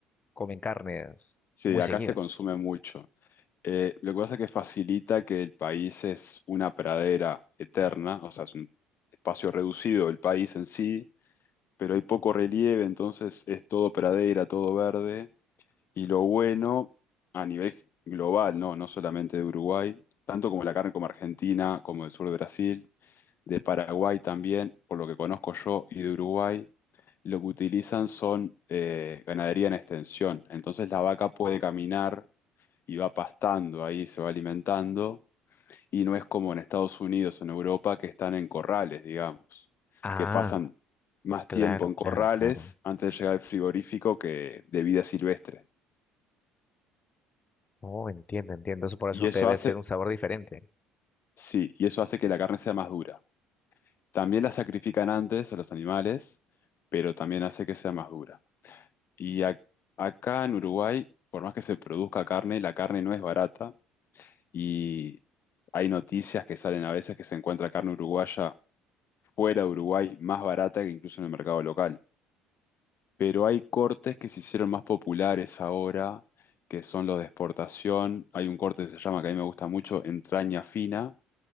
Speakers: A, on the left; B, on the left.
A: comen carnes
B: Sí,
A: muy
B: acá
A: seguido.
B: se consume mucho. Eh, lo que pasa es que facilita que el país es una pradera eterna, o sea, es un espacio reducido el país en sí, pero hay poco relieve, entonces es todo pradera, todo verde. Y lo bueno a nivel global, ¿no? No solamente de Uruguay, tanto como la carne como Argentina, como el sur de Brasil de Paraguay también, por lo que conozco yo, y de Uruguay, lo que utilizan son eh, ganadería en extensión. Entonces la vaca puede caminar y va pastando ahí, se va alimentando, y no es como en Estados Unidos o en Europa que están en corrales, digamos,
A: Ah,
B: que pasan más
A: claro,
B: tiempo en
A: claro,
B: corrales
A: claro.
B: antes de llegar al frigorífico que de vida silvestre.
A: Oh, entiendo, entiendo. Eso por eso
B: Y eso
A: debe
B: hace,
A: ser un sabor diferente.
B: sí, y eso hace que la carne sea más dura. También la sacrifican antes a los animales, pero también hace que sea más dura. Y ac- acá en Uruguay, por más que se produzca carne, la carne no es barata y hay noticias que salen a veces que se encuentra carne uruguaya fuera de Uruguay más barata que incluso en el mercado local. Pero hay cortes que se hicieron más populares ahora, que son los de exportación. Hay un corte que se llama, que a mí me gusta mucho, entraña fina,